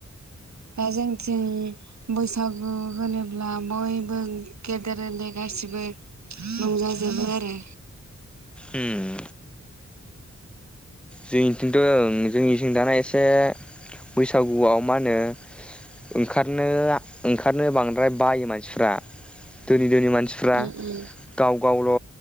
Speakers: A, on the right (about 70°); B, in the centre.
A: दा जोंथिं बैसागु होनोब्ला बयबो गेदेर ओन्दे गासिबो रंजाजोबो आरो।
B: उम। जोंनिथिनोथ' जोंनिथिं दानाया एसे बैसागुआव मा होनो ओंखारनो ओंखारनो बांद्राय बायो मानसिफ्रा दोनि दोनि मानसि फ्रा
A: उम उम
B: गाव गावल'